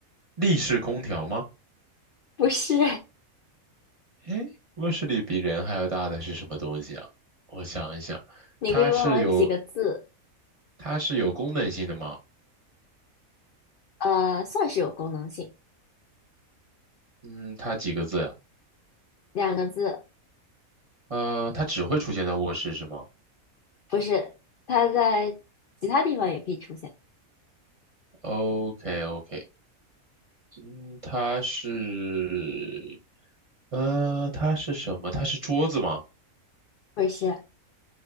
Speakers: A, on the right; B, on the left.
A: 立式空调吗？
B: <laughs> 不是。
A: 诶，卧室里比人还要大的是什么东西啊？我想一想，
B: 你可以问我几个字，
A: 它是有它是有功能性的吗？
B: 呃，算是有功能性，
A: 嗯，它几个字呀？
B: 两个字，
A: 呃，它只会出现在卧室是吗
B: 不是，它在其他地方也可以出现，
A: ？OK OK，嗯，它是呃，它是什么？它是桌子吗？
B: 不是。